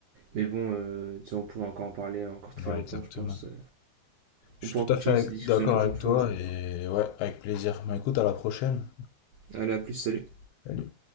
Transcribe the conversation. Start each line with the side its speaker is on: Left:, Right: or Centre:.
Right: Mais bon, euh, tu sais, on pourra encore en parler encore très
Left: Ouais,
Right: longtemps,
Left: exactement.
Right: je pense. Euh,
Left: Je
Right: On
Left: suis
Right: pourra
Left: tout
Right: continuer
Left: à fait avec-
Right: cette discussion
Left: d'accord
Right: une prochaine
Left: avec
Right: fois.
Left: toi
Right: ouais.
Left: et ouais, avec plaisir. Bah écoute, à la prochaine.
Right: Allez, à plus, salut.
Left: Salut.